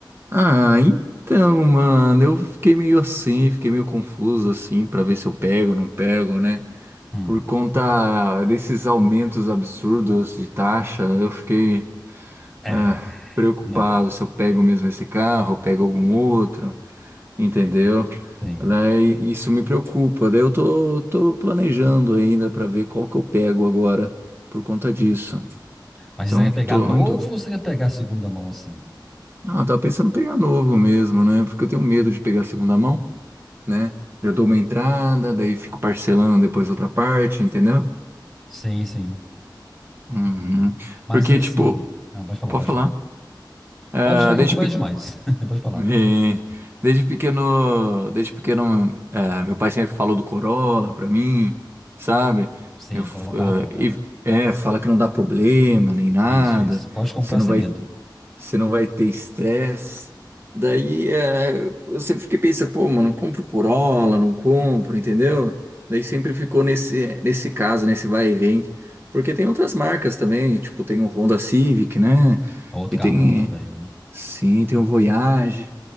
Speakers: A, on the right; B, in the centre.
A: Ah, então, mano, eu fiquei meio assim, fiquei meio confuso assim, pra ver se eu pego ou não pego, né?
B: Hum,
A: Por conta desses aumentos absurdos de taxa, eu fiquei
B: é,
A: ah, preocupado
B: né,
A: se eu pego mesmo esse carro, eu pego algum outro, entendeu?
B: tem.
A: Daí isso me preocupa. Daí eu tô, tô planejando ainda pra ver qual que eu pego agora por conta disso.
B: Mas
A: Então,
B: você quer
A: tô
B: pegar novo
A: em dúvida.
B: ou você quer pegar segunda mão assim?
A: Ah, eu tava pensando em pegar novo mesmo, né? Porque eu tenho medo de pegar segunda mão, né? Eu dou uma entrada, daí fico parcelando depois outra parte, entendeu?
B: Sim, sim.
A: Uhum.
B: Mas
A: Porque,
B: assim,
A: tipo,
B: ah, pode falar,
A: pode
B: pode
A: falar.
B: falar.
A: Ah,
B: Pode ir lá que
A: desde,
B: eu converso
A: pe...
B: demais. <laughs> Pode
A: <laughs>
B: falar.
A: eh, desde pequeno, desde pequeno, ah, meu pai sempre falou do Corolla pra mim, sabe?
B: Sim,
A: Eu,
B: a
A: f-
B: Corolla é um carro
A: ah,
B: bom, cara.
A: e, é, fala que não dá problema nem nada.
B: Isso, isso. Pode comprar
A: Você não
B: sem
A: vai
B: medo.
A: Você não vai ter estresse. Daí é, eu sempre fiquei pensando, pô, mano, compro Corolla, não compro, entendeu? Daí sempre ficou nesse, nesse caso, nesse vai e vem. Porque tem outras marcas também, tipo, tem o Honda Civic, né?
B: É Outro
A: E
B: carro
A: tem,
B: bom também, viu?
A: sim, tem o Voyage,